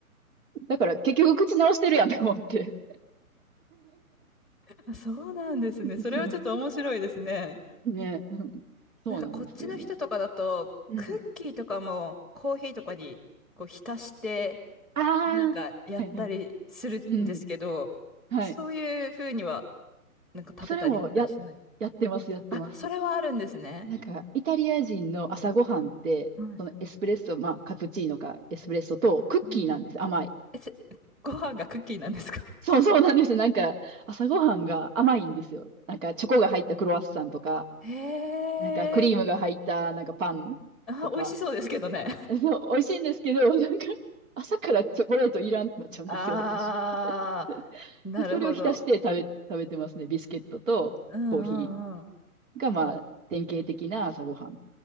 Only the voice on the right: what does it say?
<laughs> だから結局口直してるやんとか思って。
<laughs>
そう。ね、うん。そうなんですよね。
うん。
ああ、
はいはい。うん。はい。
それもや、やってます、やってます。
なんか、イタリア人の朝ごはんって、
そのエスプレッソ、まあ、カプチーノかエスプレッソとクッキーなんです。
甘い。
そうそうなんです。なんか、朝ごはんが甘いんですよ。なんか、チョコが入ったクロワッサンとか、
なんか、クリームが入った、なんか、パンとか。
<laughs> そう、美味しいんですけど、<laughs> なんか、朝からチョコレートいらんってなっちゃうんですよ、
私。<laughs>
で、それを浸して食べ、食べてますね。ビスケットとコーヒ
ーが、まあ、典型的な朝ごはん。